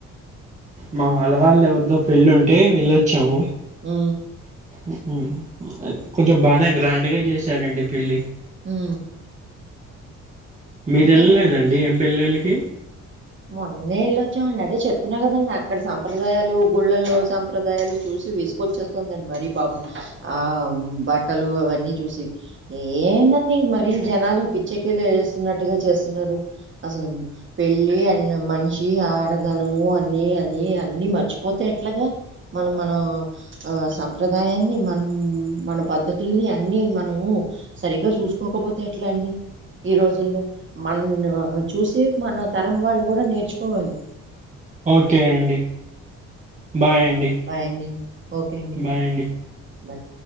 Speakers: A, on the right (about 25°); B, on the right (about 40°).
A: మా వాళ్ళవాళ్ళ ఎవరిదో పెళ్ళి ఉంటే వెళ్ళొచ్చాము.
B: ఉ
A: ఉ ఉ అది కొంచం బానే గ్రాండ్గా చేసారండి పెళ్లి.
B: ఉమ్
A: మీరెల్లలేదండి
B: అంటే
A: ఏం పెళ్ళిళ్లకి?
B: మొన్ననే ఎల్లోచ్చామండి. అదే చెప్తున్నా కదండి అక్కడ సంప్రదాయాలు గుళ్ళలో సంప్రదాయాలు చూసి విసు వచ్చేస్తుందండి మరీ బాబు, ఆ బట్టలు అవన్నీ చూసి. ఎందండి మరీ జనాలు పిచ్చకిీలు ఏస్తున్నట్టుగ చేస్తున్నరు. అసలు పెళ్ళి అ న మనిషి ఆడదనము అన్ని అని అన్ని మర్చిపోతే ఎట్లాగ? మనం మనా ఆ సంప్రదాయాన్ని మనం మన పద్ధతుల్ని అన్ని మనము సరిగ్గా చూసుకోకపోతే ఎట్లా అండి? ఈ రోజుల్లో మన్ను చూసి మన తరం వాళ్ళు కూడ నేర్చుకోవాలి.
A: ఓకే అండి బాయ్ అండి
B: బాయ్ అండి ఓకే
A: బాయ్ అండి.
B: బాయ్